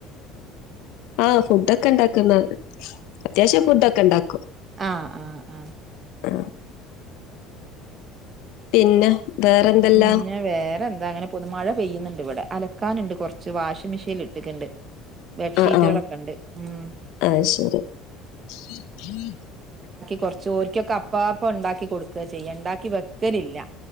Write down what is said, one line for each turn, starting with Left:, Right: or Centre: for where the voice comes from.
Left: ആ ഫുഡൊക്കെ ഇണ്ടാക്കുന്നോ അത്യാവശ്യം ഫുഡൊക്കെ ഇണ്ടാക്കും.
Right: ആ ആ ആ
Left: ആ പിന്നെ വേറെന്തല്ല
Right: പിന്നെ വേറെന്താ അങ്ങനെപോന്നു മഴ പെയ്യുന്നുണ്ട് ഇവിടെ. അല ക്കാനുണ്ട് കൊറച്ച് വാഷിംഗ് മെഷീനിൽ ഇട്ടിട്ടുണ്ട്. ബെഡ്ഷീറ്റുകളൊക്കെ
Left: ആ ആ
Right: ഉണ്ട് ഉം
Left: ആഹ് ശരി. <inaudible>
Right: കൊറച്ചോർക്കൊക്കെ അപ്പാപ്പം ഉണ്ടാക്കി കൊടുക്കുവാ ചെയ്യ, ഉണ്ടാക്കി വെക്കലില്ല...